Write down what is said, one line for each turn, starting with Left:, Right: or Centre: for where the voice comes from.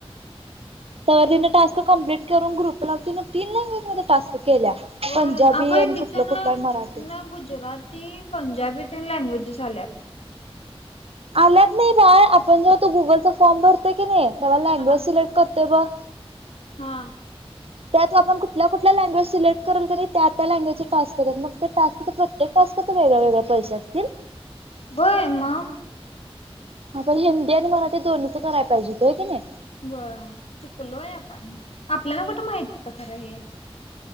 Right: तरी तिने टास्क कंप्लीट करून ग्रुप ला तरी तीन लँग्वेज मध्ये टास्क केल्या
Left: व
Right: पंजाबी
Left: अगं
Right: आणि
Left: तिचं
Right: कुठलं
Left: ना
Right: कुठला मराठी
Left: ना गुजराती पंजाबी लँग्वेजेस आल्यात
Right: आल्यात नाई बाळ आपण जेव्हा तो गुगलचा फॉर्म भरतोय की नाय तवा लँगवेज
Left: हा.
Right: सिलेक्ट करतोय ब
Left: हा
Right: त्यात आपण कुटल्या कुटल्या लँग्वेज सिलेक्ट करेल किनी त्या त्या लँग्वेजच टास्क येण्यात मग त्या टास्क च प्रत्येक आसं कसं वेगळ वेगळे पैसे असतील
Left: बय आहेमा
Right: ह पण हिंदी आणि मराठी दोन्हीच करायला पाहिजे ह की नय
Left: बर चुकलोय आपण आपल्याला कुठं माहित हुतं खरं हे